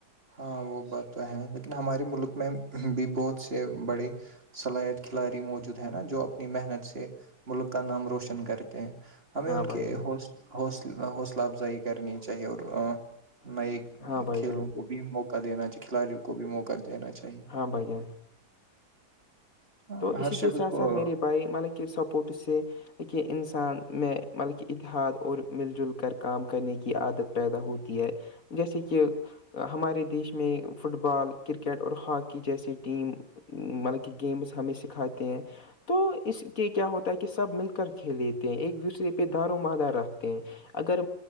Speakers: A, on the right (about 35°); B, on the left (about 50°).
A: ہاں وہ بات تو ہے لیکن ہمارے ملک میں بھی بہت سے بڑے صلاحیت کھلاڑ موجود ہے نا جو اپنی محنت سے ملک کا نام روشن کرتے ہیں ہمیں
B: ہاں
A: ان
B: بھائی
A: کی
B: جان
A: حوص حوصل حوصلہ افزائی کرنی چاہیے اور نئے
B: ہاں بھائی
A: کھیلوں
B: جان
A: کو بھی موقع دینا چا کھلاڑیوں کو بھی موقع دینا چاہیے
B: ہاں بھائی جان
A: ہاں
B: تو اسی
A: ہر
B: کے
A: شخص
B: ساتھ
A: کو
B: ساتھ میرے بھائی مطلب کہ سپورٹ سے کہ انسان میں مطلب کی اتحاد اور مل جل کر کام کرنے کی عادت پیدا ہوتی ہے جیسے کی ہمارے دیش میں فٹ بال کرکٹ اور ہاکی جیس ٹیم مطلب کی گیمس ہمیں سکھاتے ہیں تو اس کے کیا ہوتا ہے کی سب مل کر کھیلے تے ہیں ایک دوسرے پے دارومدار رکھتے ہیں اگر